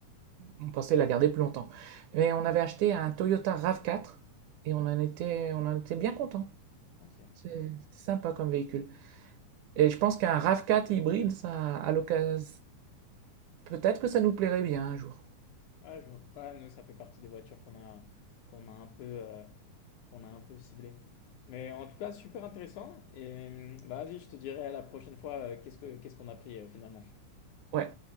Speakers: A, on the right; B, on the left.
A: On pensait la
B: ok,
A: garder plus longtemps. Mais on avait acheté un Toyota RAV4 et on en était, on en était bien content.
B: ok.
A: C'est- C'était sympa comme véhicule. Et je pense qu'un RAV4 hybride, ça, à l'occasion, Peut-être que ça nous plairait bien un jour.
B: Ouais, je, ouais, nous, ça fait partie des voitures qu'on a, qu'on a un peu, euh, qu'on a un peu ciblées. Mais en tout cas, super intéressant. Et hum, bah, vas-y, je te dirai la prochaine fois euh, qu'est-ce que, qu'est-ce qu'on a pris euh, finalement.
A: Ouais,